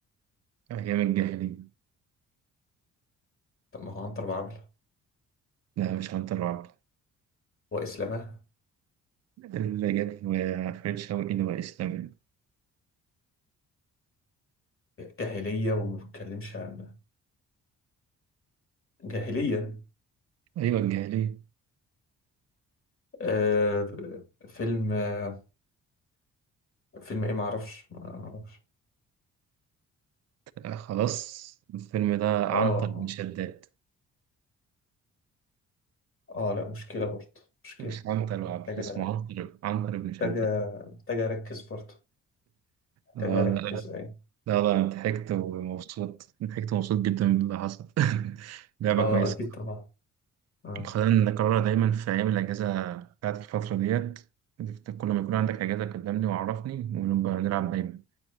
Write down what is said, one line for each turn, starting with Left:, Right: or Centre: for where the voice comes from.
Right: أيام الجاهلية
Left: طب ما هو عنتر وعبلة
Right: لا مش عنتر وعبد
Left: وإسلامه
Right: اللي جت فريد شوقي اللي هو إسلامي
Left: جاهلية وما بتكلمش عن جاهلية
Right: أيوة الجاهلية
Left: آه فيلم آه فيلم ايه معرفش معرفش
Right: آه، خلاص الفيلم ده عنتر
Left: اه اه
Right: بن شداد
Left: اه لا مشكلة برضه مشكلة
Right: مش عنتر وعبد
Left: محتاجة
Right: اسمه عنتر عنتر بن شداد
Left: محتاجة محتاجة أركز برضه محتاجة
Right: آه
Left: أركز أيوة
Right: لا لا أنا ضحكت ومبسوط ضحكت ومبسوط جدا باللي حصل <laughs> لعبة
Left: اه
Right: كويسة
Left: أكيد طبعا آه.
Right: خلينا نكررها دايما في أيام الأجازة بتاعت الفترة ديت كل ما يكون عندك أجازة كلمني وعرفني ونبقى نلعب دايما